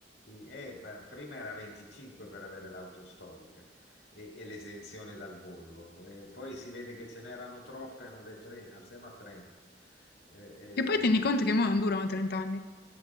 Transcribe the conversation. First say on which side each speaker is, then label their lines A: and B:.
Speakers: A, on the left; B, on the left.
A: eh, ma prima era 25 per avere l'auto storica e, e l'esenzione dal bollo, Eh, poi si vede che ce n'erano troppe, hanno detto, eh, alziamo a 30. Eh, eh,
B: Che poi tieni conto che mo non durano 30 anni.